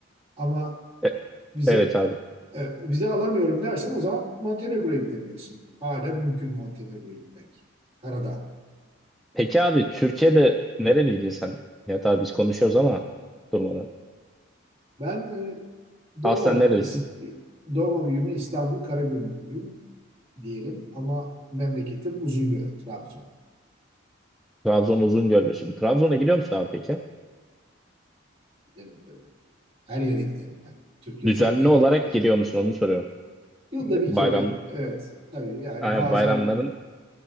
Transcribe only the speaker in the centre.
E-
evet abi.
Peki abi Türkiye'de nereliydin sen? Ya tabii biz konuşuyoruz ama durmadan.
Aslen
nerelisin?
Trabzon Uzungöllüsün. Trabzon'a gidiyor musun abi peki?
Düzenli
olarak
gidiyor musun onu soruyorum.
Bayram,
aynen
bayramların.